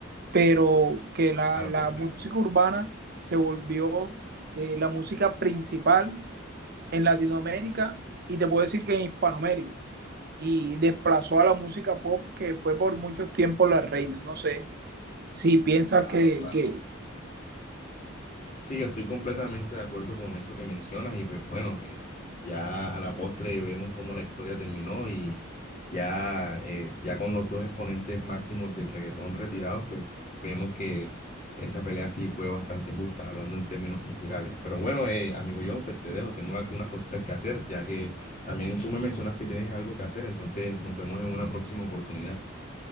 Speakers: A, on the right; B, on the left.
A: pero que la,
B: Claro,
A: la
B: claro,
A: música urbana se volvió eh, la música principal en Latinoamérica y te puedo decir que en Hispanoamérica y desplazó a la música pop que fue por muchos tiempos la reina. No sé si piensas
B: claro,
A: que,
B: claro.
A: que...
B: Sí, yo estoy completamente de acuerdo con eso que mencionas y pues bueno, eh, ya a la postre vemos cómo la historia terminó y ya, eh, ya con los dos exponentes máximos del reggaetón retirados, pues vemos que esa pelea sí fue bastante justa, hablando en términos musicales. Pero bueno, eh, amigo Jonfer, te dejo, tengo algunas cositas que hacer, ya que también tú me mencionas que tienes algo que hacer, entonces nos vemos en una próxima oportunidad.